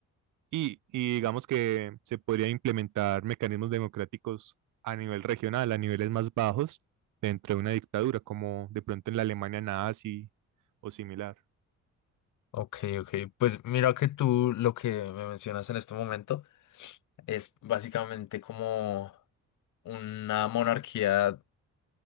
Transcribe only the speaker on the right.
Y, y digamos que se podría implementar mecanismos democráticos a nivel regional, a niveles más bajos, dentro de una dictadura, como de pronto en la Alemania nazi o similar.